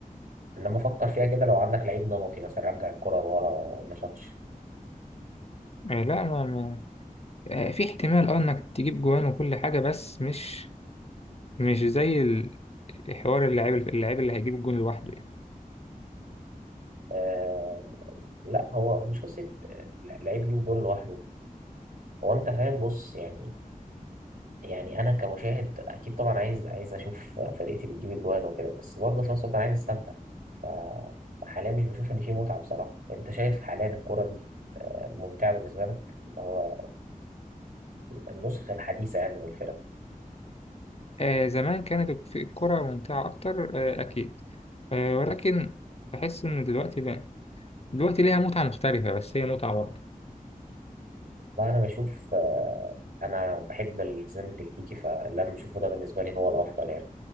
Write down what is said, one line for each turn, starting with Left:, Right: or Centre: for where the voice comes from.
Right: انما فكر فيها كده لو عندك لعيب نمطي مثلا رجع الكره لورا وما شاطش
Left: آه، لا ما ما- آه، في احتمال اه انك تجيب جوان وكل حاجة بس مش مش زي ال- حوار اللاعب اللاعب اللي هيجيب الجون لوحده يعني.
Right: آه لا هو مش قصه آه، لعيب يجيب جول لوحده هو انت فاهم بص يعني يعني انا كمشاهد اكيد طبعا عايز عايز اشوف فرقتي بتجيب اجوان وكده بس برضه في نفس الوقت انا عايز استمتع ف- فحاليا مش بشوف ان في متعه بصراحه انت شايف حاليا الكوره دي ممتعه بالنسبه لك اللي هو النسخه الحديثه يعني من الفرق
Left: آه زمان كانت الكرة ممتعة أكتر آه أكيد آه ولكن بحس إن دلوقتي بقى دلوقتي ليها متعة مختلفة بس هي متعة برضه
Right: وانا بشوف آه، انا بحب الالتزام التكتيكي فاللي انا بشوفه ده بالنسبه لي هو الافضل يعني